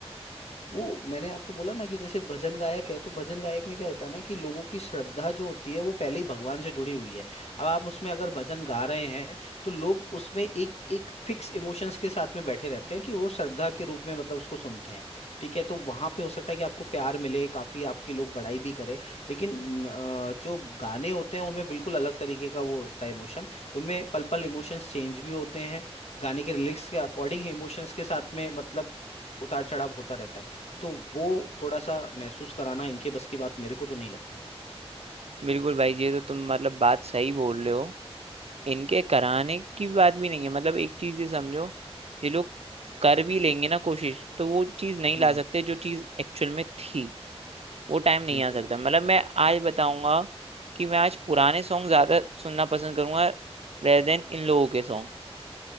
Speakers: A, on the left; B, on the right.
A: वो मैंने आपको बोला ना कि जैसे भजन गायक है तो भजन गायक में क्या होता है ना कि लोगों की श्रद्धा जो होती है वो पहले ही भगवान से जुड़ी हुई है अब आप उसमें अगर भजन गा रहे हैं तो लोग उसमें एक एक फिक्स इमोशंस के साथ में बैठे रहते हैं कि वो श्रद्धा के रूप में मतलब उसको सुनते हैं ठीक है तो वहां पे हो सकता है कि आपको प्यार मिले काफी आपके लोग बड़ाई भी करें लेकिन म, अ, जो गाने होते हैं उनमें बिल्कुल अलग तरीके का वो होता है इमोशन उनमें पल पल इमोशंस चेंज भी होते हैं गाने के लिरिक्स के अकॉर्डिंग इमोशंस के साथ में मतलब उतार चढ़ाव होता रहता है तो वो थोड़ा सा महसूस कराना इनके बस की बात मेरे को तो नहीं लगती
B: बिल्कुल भाई जी, ये तो तुम मतलब बात सही बोल रहे हो इनके कराने की बात भी नहीं है मतलब एक चीज ये समझो ये लोग कर भी लेंगे ना कोशिश तो वो चीज नहीं
A: हम्म
B: ला सकते जो चीज एक्चुअल में थी वो टाइम नहीं
A: बिल्कुल
B: आ सकता मतलब मैं आज बताऊंगा कि मैं आज पुराने सॉन्ग ज्यादा सुनना पसंद करूंगा रेदर देन इन लोगों के सॉन्ग